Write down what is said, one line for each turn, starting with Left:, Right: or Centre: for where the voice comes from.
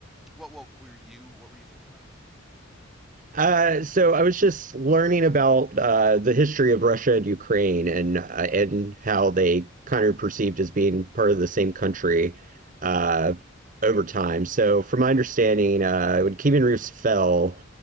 Centre: what what were you what were you thinking about them?
Right: Uh, so I was just learning about uh, the history of Russia and Ukraine and uh, and how they kind of perceived as being part of the same country uh, over time. So from my understanding, uh, when Kievan Rus fell,